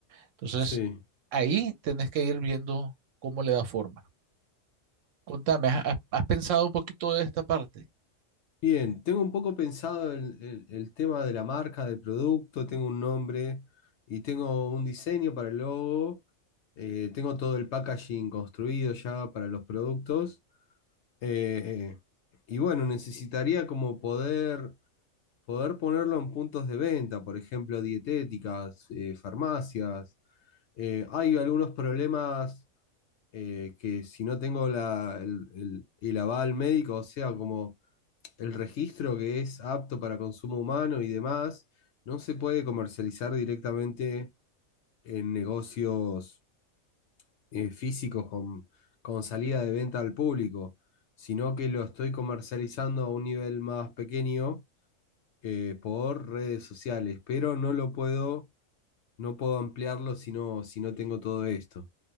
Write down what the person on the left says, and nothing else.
sí.
Bien, tengo un poco pensado el, el- el tema de la marca, del producto, tengo un nombre y tengo un diseño para el logo, eh, tengo todo el packaging construido ya para los productos eh, y bueno, necesitaría como poder, poder ponerlo en puntos de venta, por ejemplo, dietéticas, eh, farmacias. Eh, hay algunos problemas eh, que si no tengo la- el, el el aval médico, o sea, como el registro que es apto para consumo humano y demás, no se puede comercializar directamente en negocios eh, físicos con, con salida de venta al público, sino que lo estoy comercializando a un nivel más pequeño eh, por redes sociales, pero no lo puedo, no puedo ampliarlo si no, si no tengo todo esto.